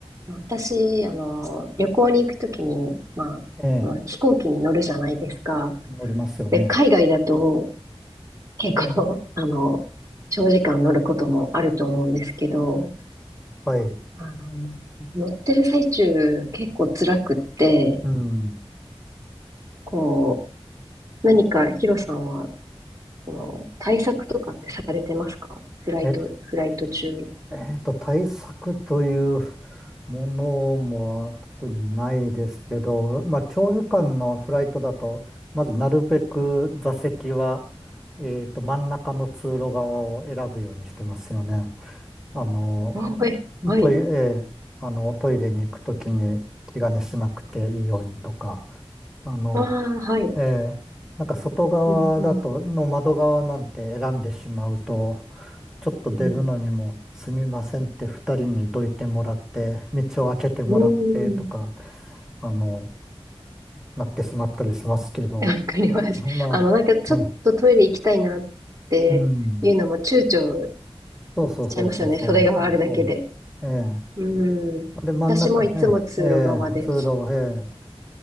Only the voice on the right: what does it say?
私、あの、旅行に行くときに、まあ、
あの飛行機に乗るじゃないですか。
で、海外だと結構、<laughs> あの、長時間乗ることもあると思うんですけど、
あの、乗ってる最中結構辛くって、
こう、何かヒロさんは、あの、対策とかってされてますかフライト、
フライト中。
<laughs> あ、え、はい。
ああ、はい。
うん、うん、
うん。
うーん。
<laughs> わかります。
あの、なんかちょっとトイレ行きたいなっていうのも躊躇
しちゃいますよね。それがあるだけで。
うん。
私もいつも通路側です。